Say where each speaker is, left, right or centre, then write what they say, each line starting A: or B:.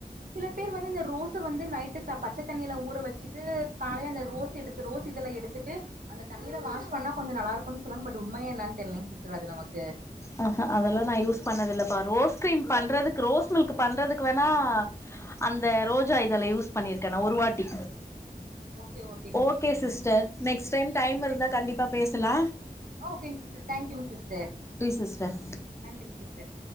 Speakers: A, on the right (about 60°); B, on the left (about 15°).
A: சில பேர் வந்து இந்த ரோஸ் வந்து நைட்டு பச்சை தண்ணியில ஊற வச்சுட்டு காலைய அந்த ரோஸ் எடுத்து ரோஸ் இதுல எடுத்துட்டு அந்த தண்ணியில வாஷ் பண்ணா கொஞ்சம் நல்லா இருக்கும்ு சொல்லுங்க பட் உண்மையா என்னன்னு தெரியலங்க சிஸ்டர் அது நமக்கு
B: ஆஹ் ஹ அதெல்லாம் நான் யூஸ் பண்ணதில்ப்பா ரோஸ் கிரீம் பண்றதுக்கு ரோஸ் மில்க் பண்றதுக்கு வேணா அந்த ரோஜா இதல யூஸ் பண்ணிருக்கேன் ந ஒரு வாாட்டி
A: ஓகே ஓகேங்க
B: okay sister next time time
A: சரி
B: இருந்தா கண்டிப்பா பேசலாம்
A: ஓகேங்க சிஸர் தேங்க்யூங்க சிஸர்
B: சிஸ்டர்
A: நன்றிங்க சிஸர்